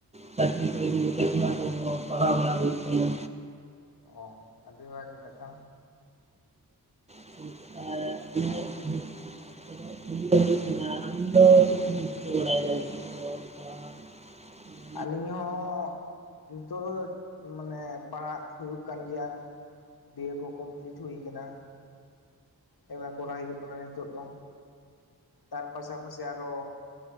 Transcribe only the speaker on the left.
ᱚ ᱟᱹᱰᱤ ᱵᱷᱟᱹᱜᱮ ᱠᱟᱛᱷᱟ᱾
ᱟᱹᱞᱤᱧ ᱦᱚᱸ ᱱᱤᱛᱚᱜ ᱫᱚ ᱢᱟᱱᱮ ᱯᱟᱲᱦᱟᱜ ᱦᱩᱭᱩᱜ ᱠᱟᱱ ᱜᱮᱭᱟ᱾ ᱵᱤ ᱮ ᱠᱚ ᱠᱚᱢᱯᱞᱤᱴ ᱦᱩᱭ ᱠᱟᱱᱟᱱᱟ᱾ ᱮᱢ ᱠᱚᱨᱟᱣ ᱦᱩᱭᱩᱜ ᱠᱟᱱᱟ ᱱᱤᱛᱚᱜ ᱫᱚ ᱛᱟᱨ ᱯᱟᱥᱟ ᱯᱟᱥᱮ ᱟᱨᱚ